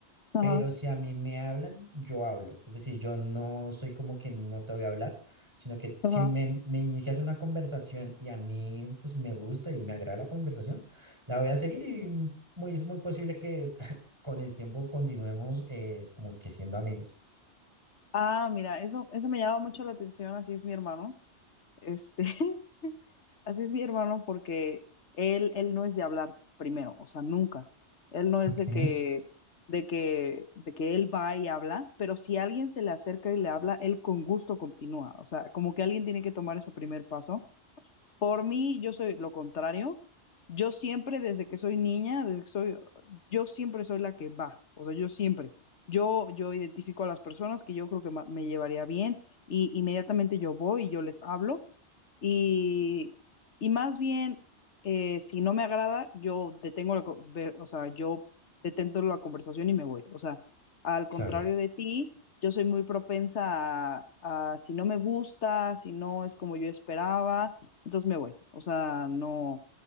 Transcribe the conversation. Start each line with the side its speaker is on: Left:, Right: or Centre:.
Left: ajá,
Right: Pero si a mí me hablan, yo hablo. Es decir, yo no soy como que no te voy a hablar, sino que
Left: ajá.
Right: si me, me inicias una conversación y a mí pues me gusta y me agrada la conversación, la voy a seguir y mm, muy, es muy posible que <laughs> con el tiempo continuemos eh, como que siendo amigos.
Left: Ah, mira, eso, eso me llama mucho la atención, así es mi hermano. Este, <laughs> así es mi hermano porque él, él no es de hablar primero, o sea, nunca. Él no es
Right: Ok,
Left: de que, de que, de que él va y habla, pero si alguien se le acerca y le habla, él con gusto continúa. O sea, como que alguien tiene que tomar ese primer paso por mí, yo soy lo contrario. Yo siempre, desde que soy niña, desde que soy, yo siempre soy la que va. O sea, yo siempre. Yo, yo identifico a las personas que yo creo que ma- me llevaría bien y inmediatamente yo voy y yo les hablo. Y, y más bien, eh, si no me agrada, yo detengo la, co- ve- o sea, yo detento la conversación y me voy. O sea, al
Right: claro.
Left: contrario de ti, yo soy muy propensa a, a si no me gusta, si no es como yo esperaba entonces me voy. O sea, no.